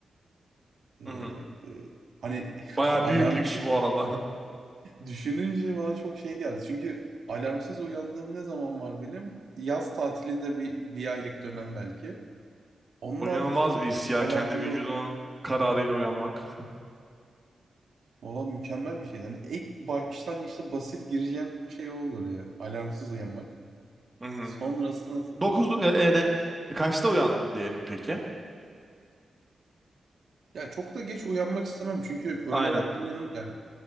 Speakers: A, on the right; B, on the right.
A: E,
B: Hı hı.
A: e, hani <laughs>
B: Bayağı
A: alarm
B: büyük lüks bu arada. <laughs>
A: Düşününce bana çok şey geldi. Çünkü alarmsız uyandığım ne zaman var benim? Yaz tatilinde bir, bir aylık dönem belki. Onun
B: O
A: haricinde
B: İnanılmaz bir
A: hiç
B: his ya.
A: alarmlı
B: Kendi vücudunun kararıyla uyanmak. <laughs>
A: olan mükemmel bir şey. Hani ilk başlangıçta basit gireceğim bir şey olur ya. Alarmsız uyanmak.
B: Hı hı.
A: Sonrası nasıl
B: Dokuz,
A: olur?
B: e, e, ne? Kaçta uyandın diyelim peki?
A: Ya çok da geç uyanmak istemem. Çünkü öğle
B: Aynen.
A: vakti uyunun yani